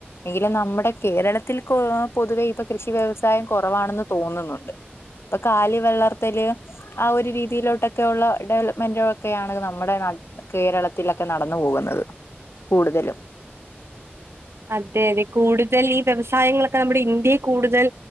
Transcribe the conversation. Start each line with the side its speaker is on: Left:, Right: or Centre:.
Left: എങ്കിലും നമ്മുടെ കേരളത്തിൽ കൊ പൊതുവേ ഇപ്പൊകൃഷിവ്യവസായം കുറവാണെന്ന് തോന്നുന്നുണ്ട്. ഇപ്പൊ, കാലിവളർത്തല് ആ ഒര് രീതിയിലോട്ടൊക്കെ ഉള്ള ഡെവലപ്മെന്റാക്കെയാണ്, നമ്മുടെ നാട്ടി കേരളത്തിലൊക്കെ നടന്നുപോവു ന്നത് കൂടുതലും.
Right: അതെയതെ കൂടുതലീവ്യവസായങ്ങളൊക്കെനമ്മുടെ ഇന്ത്യയെ കൂടുതൽ